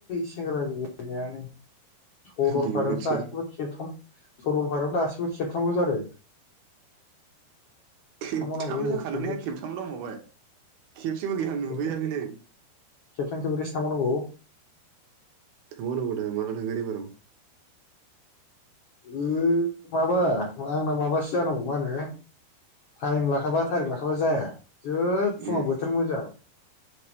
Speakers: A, on the left (about 70°); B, on the right (about 70°).
A: सेंग्रानि लुबैनायानो। सरलपारायावनो
B: बेबोसै
A: दासिमबो खेबथाम सरलपारायाव दासिमबो खेबथामल जादों।
B: खेबथाम
A: थांबावनांगौ
B: जाखानानै
A: खेबब्रै
B: आरो खेबथामल बुंबावबाय खेबसेबो जोंहा
A: खेबथाम
B: नुुहैयाखैनो।
A: खेबथाम खेबब्रैसो थांबावनांगौ।
B: थांबावनांगौ दा माला थांगोन एबाराव?
A: ओ माबा आंना माबासो जानांगौ मा होनो टाइम लाखाबा थारिख लाखाबा जाया जै फुङाव
B: उम
A: बोथोर मोजां